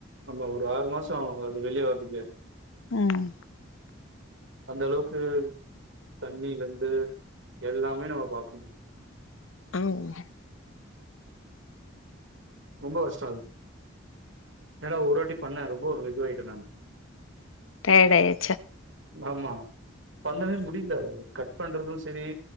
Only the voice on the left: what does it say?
ம்
ஆவ்
டயடாயாச்சா